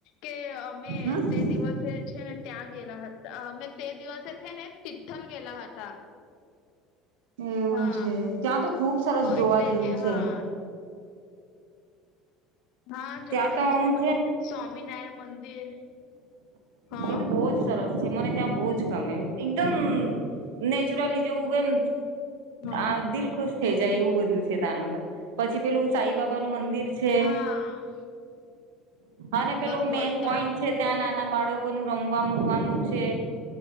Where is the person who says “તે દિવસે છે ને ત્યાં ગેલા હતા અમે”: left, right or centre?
Left